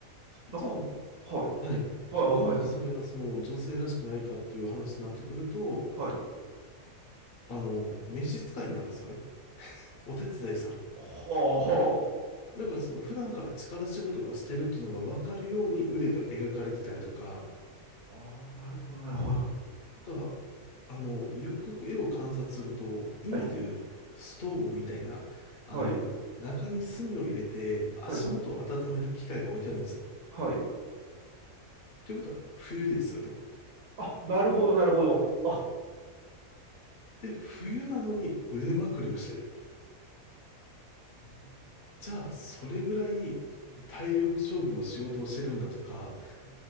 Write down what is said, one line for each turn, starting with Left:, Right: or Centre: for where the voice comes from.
Right: い。
Left: じゃあ、
Right: なんか、はい。
Left: はい。
Right: はいはいはい。
Left: なんでそれがその女性らしくないかっていう話になってくると、
Right: はい。
Left: あの、召使いなんですよね。お手伝いさん。
Right: はあ、は
Left: だからその普段から力仕事がしてるっていうのが分かるように腕が描かれてたりとか、
Right: あ。ああ、なるほどなるほど。
Left: とか、あの、よくよく絵を観察すると、今でいうストーブみたいな、
Right: はい。はい。
Left: あの、中に炭を入れて足元を温める機械が置いてあるんですよ。
Right: はいはい。はい。
Left: ということは冬ですよね。
Right: あ、なるほどなるほど。あ、は
Left: で、冬なのに腕まくりをしてる。
Right: あはうーん。
Left: じゃあ、それぐらい体力勝負の仕事をしてるんだとか、
Right: うん。うー